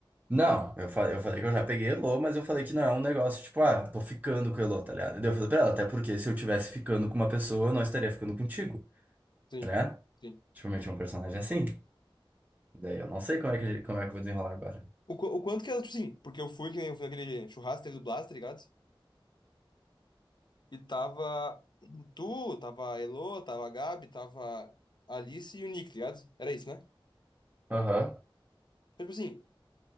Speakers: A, on the right; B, on the left.
A: Não, eu falei, eu falei que eu já peguei Elo, mas eu falei que não é um negócio, tipo, ah, tô ficando com o Elo, tá ligado? E daí eu falei pra ela, até porque se eu tivesse ficando com uma pessoa, eu não estaria ficando contigo,
B: Sim,
A: tá ligado?
B: sim.
A: Tipo, eu meti um personagem assim. Daí eu não sei como é que, como é que eu vou desenrolar agora.
B: O, qu- o quanto que ela, tipo, sim, porque eu fui, que nem eu fui naquele churrasco, que teve do Blas, tá ligado? E tava tu, tava a Elô, tava a Gabi, tava a Alice e o Nick, tá ligado? Era isso, né?
A: Aham.
B: Então, tipo assim,